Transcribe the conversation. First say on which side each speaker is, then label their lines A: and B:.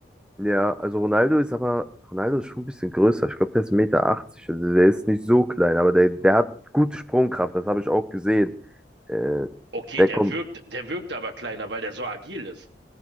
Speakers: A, in the centre; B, on the right (about 85°).
A: ja, also Ronaldo ist aber, Ronaldo ist schon ein bisschen größer. Ich glaube, der ist 1,80 Meter. Also der ist nicht so klein, aber der, der hat gute Sprungkraft, das habe ich auch gesehen. Äh,
B: Okay,
A: der
B: der
A: kommt,
B: wirkt, der wirkt aber kleiner, weil der so agil ist.